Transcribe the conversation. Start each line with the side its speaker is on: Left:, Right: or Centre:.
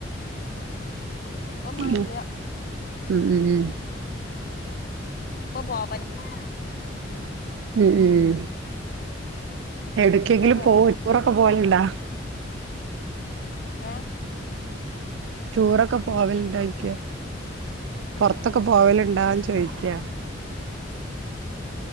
Left: ഉം ഇപ്പം മഴല്ല
Right: മ്മ് മ് മ് മ്
Left: ഇപ്പം പോവ്വന് മു മു
Right: മ് മ് എവ്ട്ക്കെങ്കിലുംപോവ
Left: ഇപ്പൊ കൊഴ
Right: ടൂർഒക്കെ പോവല്ണ്ട
Left: ഏ
Right: ടൂർഒക്കെ പോവല്ണ്ടോയിക്ക് പൊർത്തൊക്കെ പോവലുണ്ടോന്ന് ചോയ്ക്ക